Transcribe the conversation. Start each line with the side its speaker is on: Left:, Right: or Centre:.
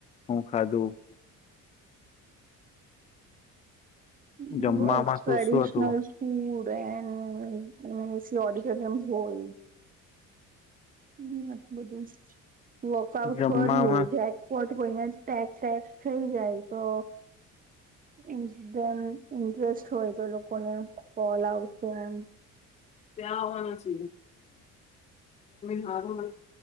Left: હું ખાધું
Right: હ
Left: જમવામાં
Right: બસ ટ્રેડિશનલ
Left: શું શું હતું
Right: હુંડ એ ઓડીટોરયમ બોલ હમટું બધું વકઆઉટ
Left: જમવામાં
Right: ફ હોવું જાય કોટ કોઈને ટેક્ વેક્સ થઈ જાય તો એન ઇન્ટરેસ્ટ હોય તો લોકોને ફલ આવત એમ
Left: ત્યાંઆવાના ચ <unintelligible> હારુ